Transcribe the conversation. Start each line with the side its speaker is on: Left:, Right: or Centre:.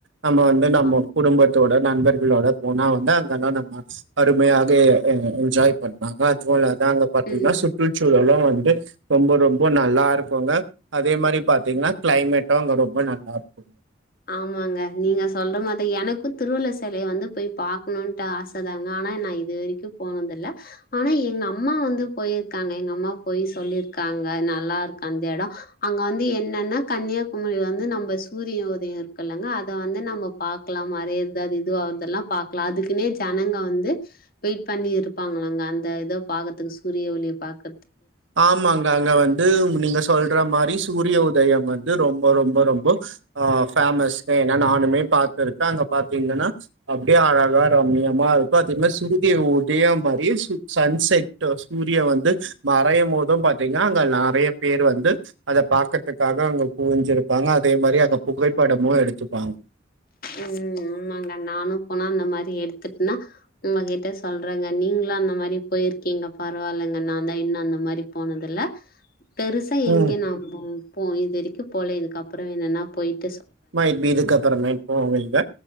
Right: நம்ம வந்து நம்ம
Left: அ
Right: குடும்ப நண்பர்களோட போனா வந்து அங்கல்லாம் நம்ம அருமையாக என்ஜாய் பண்ணுவாங்க அதுவும் ங்க பாத்தீங்கன்னா
Left: ம்.
Right: சுற்றுச்சூழல்லாம் வ ரொம்ப ரொம்ப நல்லா இருக்கும்ங்க அதே மாதிரி பாத்தீங்கன்னா கிளைமேட்டும் அங்க ரொம்ப நல்லா இருக்கும்
Left: ஆமாங்க நீங்க சொல்ற மாத்த எனக்கும் திருவள்ளுவர் சிலைய வந்து போய் பாக்கணும்ட்டு ஆசை தாங்க ஆனா நான் இது வரைக்கும் போனத இல்ல ஆனா எங்க அம்மா வந்து போயிருக்காங்க எங்க அம்மா போய் சொல்லிருக்காங்க நல்லா இருக்கு அந்த இடம் அங்க வந்து என்னன்னா கன்னியாகுமரி வந்து நம்ம சூரிய இருக்குல்லங்க அதை வந்து நம்ம பாக்கலாம் மறையறதுத இதுதெல்லாம் பாக்கலாம் அதுக்குனே ஜனங்க வந்து வெயிட் பண்ணி இருப்பாங்கங்க அந்த இதோ பாக்குறதுக்கு சூரிய ஒலிய பாக்
Right: ஆமாங்க அங்க வந்து நீங்க சொல்ற மாதிரி சூரிய ஒரு யம் வந்து ரொம்ப ரொம்ப ரொம்ப பேமஸ் ஏன்னா நான் பா்த்திருக்கு அங்க பாத்தீங்கன்னா அப்படியே அழகா ரம்யமா இருக்கும் அதே மாரி சூரிய உதயம் மாதிரி சன்செட் சூரிய வந்து மறையும் போோதும் பார்த்தீங்கன்னா அங்க நிறைய பேர் வந்து அதை பாக்கறதுக்காக அங்க குவிஞ்சிருப்பாங்க அதே மாரி அங்க புகைப்படமும் எடுத்துப்பாங்க.
Left: உம் ஆமாங்க நானும் போனா அந்த மாதிரி எடுத்துட்டுனா உங்களகிட்ட சொல்றேங்க நீங்களும் அந்த மாதிரி போயிருக்கீங்க பரவாயில்லைங்க நான் தான் இன்னும் அந்த மாதிரி போனதுல்ல பெருசா எங்க
Right: ம்
Left: நா ப்பம் போ இது வரைக்கும் போல இதுக்க அப்புறம் அப்புறம் என்னன்னா போயிட்டு
Right: மைட் பீ இதுக்கு அப்புறமே போவீங்க